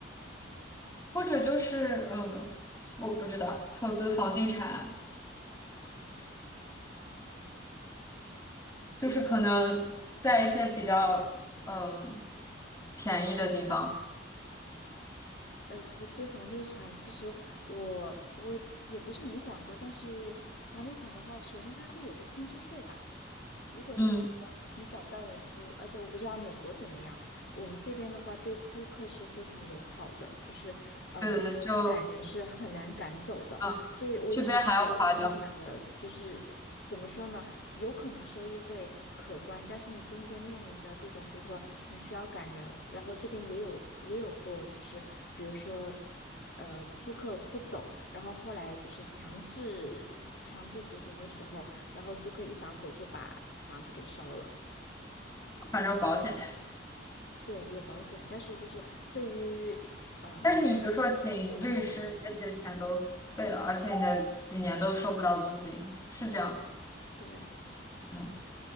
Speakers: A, on the left (about 15°); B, on the left (about 60°).
A: 或者就是嗯，我不知道，投资房地产就是可能在一些比较嗯便宜的地方，
B: 呃，投资房地产，其实我我也不是没想过，但是房地产的话，首先它会有个空置税吧。如果是比如说你找不到人租，
A: 嗯，
B: 而且我不知道美国怎么样，我们这边的话对租客是非常友好的，就是呃你想赶人是很难赶走的，
A: 对对对，就啊这边还要夸张，
B: 所以我一直是觉得房地产的就是怎么说呢，有可能收益会可观，但是你中间面临的这种，比如说你需要赶人，然后这边也有也有过，就是比如说。呃，租客不走，然后后来就是强制强制执行的时候，然后租客一把火就把房子给烧了。
A: 反正有保险的呀。
B: 对，有保险，但是就是对于呃买家来
A: 但是你比如说请律师这些钱都废了，
B: 就会很糟心。
A: 而且你的几年都收不到租金，是这样的
B: 对，
A: 嗯，